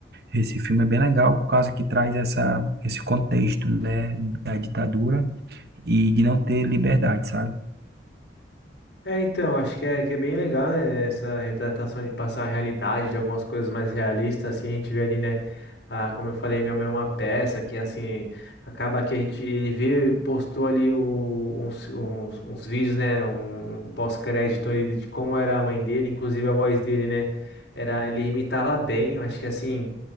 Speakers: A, on the right (about 60°); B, on the left (about 70°).
A: esse filme é bem legal, por causa que traz essa, esse contexto, né, da ditadura e de não ter liberdade, sabe?
B: É, então, acho que é, que é bem legal, né? Essa retratação de passar a realidade de algumas coisas mais realistas, assim, a gente vê ali, né? Ah, como eu falei, minha mãe é uma peça que, assim, acaba que a gente, ele vê, postou ali o- uns, uns, uns vídeos, né? Um, um pós-crédito ali de como era a mãe dele, inclusive a voz dele, né? Era, ele imitava bem, eu acho que, assim,